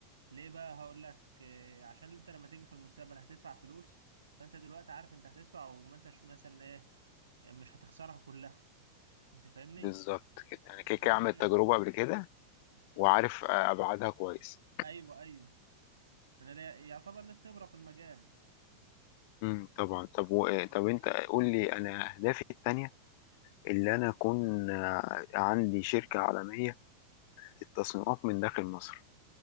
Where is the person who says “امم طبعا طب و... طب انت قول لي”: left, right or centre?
Left